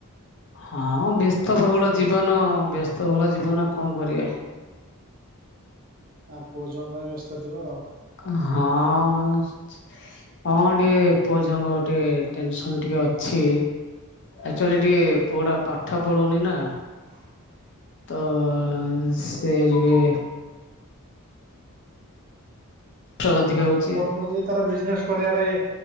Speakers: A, on the left; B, on the right.
A: ହଁ ବ୍ୟସ୍ତବହୁଳ
B: ଆଉ
A: ଜୀବନ ବ୍ୟସ୍ତବହୁଳ ଜୀବନ କଣ କରିବା।
B: ହଁ ପୁଅ, ଝୁଅଙ୍କ ପାଇଁ ବ୍ୟସ୍ତ ଥିବ ଆଉ।
A: ହଁ। ହଁ ଟିକେ ପୁଅ ଝିଅଙ୍କ ଟିକେ ଟେନସନ ଟିକେ ଅଛି। ଆଚୁଆଲି ଟିକେ ପୁଅ ଟା ପାଠ ପଢୁନି ନା।
B: <unintelligible>
A: ତ ସେ ଟିକେ ଟ
B: ଆଉ
A: ଅଧିକା
B: ପାଠ
A: ହଉଛି
B: ପଢୁନୁ ଯଦି ତାର ବିଜନେସ କରିବାରେ ଇ